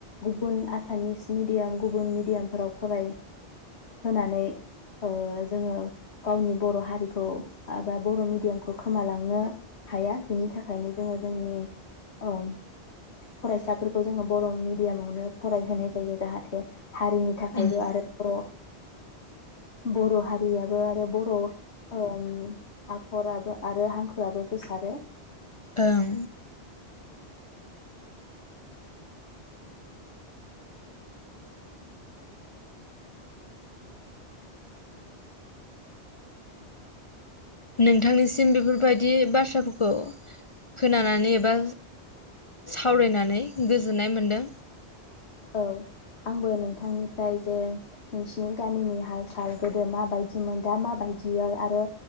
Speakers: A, on the left; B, on the left.
A: गुबुन आसामिस मिडियाम गुबुन मेडियामफोराव फराय होनानै। ओ जोङो गावनि बर' हारिखौ एबा बर' मिडियामखौ खोमालांनो हाया बिनि थाखायनो जोङो जोंनि ओ फरायसाफोरखौ जोङो बर' मिडियामावनो फरायहोनाय जायो जाहाथे। हारिनि थाखायबो
B: उम
A: आरो बर'। बर' हारियाबो आरो बर' ओम आखराबो आरो हांखोआबो गोसारो।
B: ओं। नोंथांनिसिम बेफोरबायदि बाथ्राफोरखौ खोनानानै एबा सावरायनानै गोजोन्नाय मोनदों।
A: औ आंबो नोंथांनिफ्राय जे नोंसिनि गामिनि हाल साल गोदो माबायदिमोन दा माबायदियै आरो